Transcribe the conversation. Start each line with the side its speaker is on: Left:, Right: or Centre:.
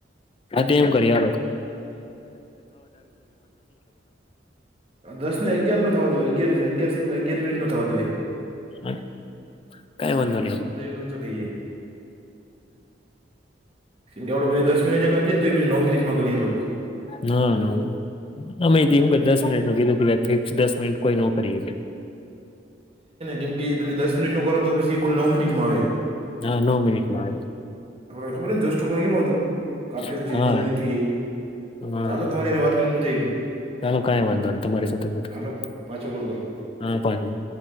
Left: હા તો એમ કરીએ.
Right: દસ ને અગિયાર ન થવા દેવાય અગિયાર છે તો અગિયાર મિનીટ થવા દેવાય.
Left: હા કંઈ વાંધો નહીં.
Right: એમાં પછી લોચો થઈ જાય કેમકે આપણે દસ મિનિટ આપીને તો પણ નવ મિનિટમાં ગણે લોકો.
Left: ના ના એમા શું કે દસ મિનિટ નું કીધું કીધું ફિક્સ દસ મિનિટ કોઈ ના કરી શકે.
Right: કેમ કે તમે દસ મિનિટનું કરો તો કુલ નવ મિનિટમાં આવે.
Left: હા નવ મિનિટમાં
Right: <unintelligible>
Left: આવ્યો હા હા
Right: ચાલો તમારી જોડે વાત કરીને મજા આવી.
Left: ચાલો કઈ વાંધો નહી તમારી સાથે વાત
Right: હા
Left: કર
Right: પાછો કોલ કરો.
Left: હા પાછો